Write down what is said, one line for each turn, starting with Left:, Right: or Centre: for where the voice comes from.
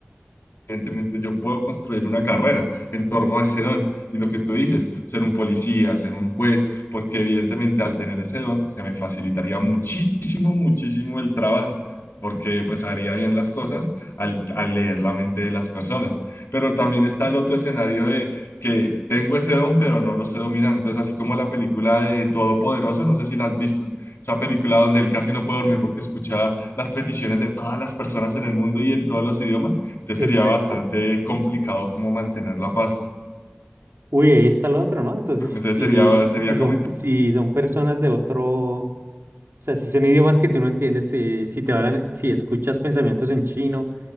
Left: evidentemente yo puedo construir una carrera en torno a ese don y lo que tú dices, ser un policía, ser un juez, porque evidentemente al tener ese don se me facilitaría muchísimo, muchísimo el trabajo, porque pues haría bien las cosas al, al leer la mente de las personas. Pero también está el otro escenario de que tengo ese don, pero no lo sé dominar. Entonces, así como la película de Todopoderoso, no sé si la has visto, esa película donde él casi no puede dormir porque escucha las peticiones de todas las personas en el mundo y en todos los idiomas. Entonces
Right: Exacto.
Left: sería bastante complicado como mantener la paz.
Right: Uy, ahí está lo otro, ¿no? Entonces, si,
Left: Entonces sería, sería
Right: si son,
Left: como, inter-
Right: si son personas de otro, o sea, si son idiomas que tú no entiendes, eh, si te hablan, si escuchas pensamientos en chino,